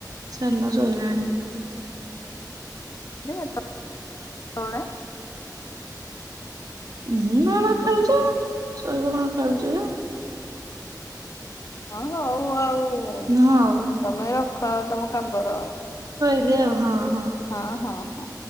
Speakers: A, on the right; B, on the left.
A: ସାନ ଶୋଇଲାଣି।
B: ଦେ ତଣ
A: ହଁ ନା ବା ଖେଳୁଛି ଶୋଇବ କଣ ଖେଳୁଛି।
B: ହଁ ହଉ ଅ ଆଉ
A: ହଉ।
B: ତମେ ରଖ ଆ ତମ କାମର ଆଉ।
A: ହୁଏ ଆଉ ହଁ।
B: ହଁ, ହଁ, ହଁ।